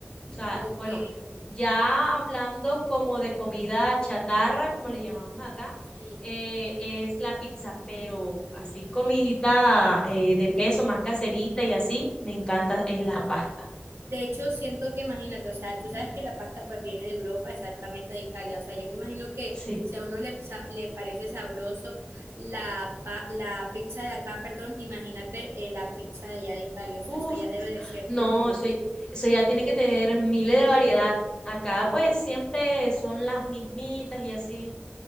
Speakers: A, on the left; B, on the right.
A: O sea,
B: Ok,
A: bueno, ya hablando como de comida chatarra, como le llamamos acá,
B: sí.
A: eh, es la pizza, pero así comidita eh, de peso, más caserita y así, me encanta, es las pastas.
B: De hecho, siento que imagínate, o sea, tú sabes que la pasta pues viene de Europa, exactamente de Italia. O sea, yo me imagino que
A: Sí.
B: si a uno le, sa- le parece sabroso la, pa- la pizza de acá, perdón, imagínate eh, la pizza de allá de Italia. O sea,
A: Uf,
B: eso ya debe de ser
A: no,
B: un boom.
A: eso, eso ya tiene que tener miles de variedad. Acá pues siempre son las mismitas y así.